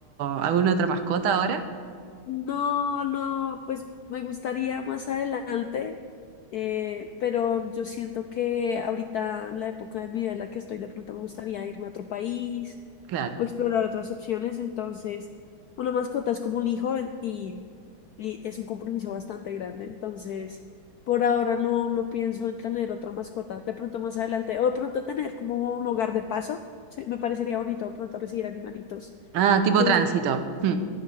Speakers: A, on the right; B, on the left.
A: alguna otra mascota ahora?
B: No, no, pues me gustaría más adelante, eh, pero yo siento que ahorita, en la época de mi vida en la que estoy, de pronto me gustaría irme a otro país,
A: Claro.
B: o explorar otras opciones. Entonces, una mascota es como un hijo en- y, y es un compromiso bastante grande. Entonces, por ahora no, no pienso en tener otra mascota. De pronto más adelante, o de pronto tener como un hogar de paso. Sí, me parecería bonito de pronto recibir animalitos
A: Ah, tipo
B: que
A: tránsito.
B: buscan.
A: Hmm.